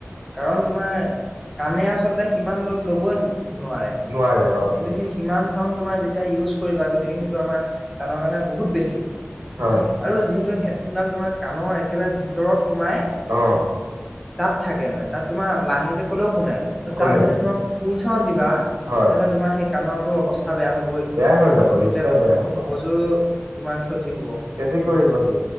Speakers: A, in the centre; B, on the right (about 85°).
A: কাৰণ তোমাৰ কাণে আঁচলতে সিমান ল'ড ল'বই নোৱাৰে।
B: নোৱাৰে অ
A: কিন্তু সেই সিমান চাউণ্ড তোমাৰ যেতি এটিয়া ইউজ কৰিবা, গতিকে সেইটো আমাৰ কাণৰ কাৰণে বহুত বেছি।
B: হয়
A: আৰু যিহেতু হেডফোনডাল তোমাৰ কাণৰ একেবাৰে ভিতৰত সোমাই,
B: অ
A: তাত থাকে মানে তাত তোমাৰ লাহেকৈ ক'লেও শুনে। তাত
B: কোনে
A: যেতিয়া তোমাৰ ফুল চাউণ্ড দিবা
B: হয়
A: তেন্তে তোমাৰ সেই কাণৰটো অৱস্থা বেয়া হ'বই,
B: বেয়া হৈ যাব
A: লগতে
B: নিশ্চয় বেয়া হ'ব
A: মগজুৰ তোমাৰ ক্ষতি হ'ব।
B: ক্ষতি কৰিব টো।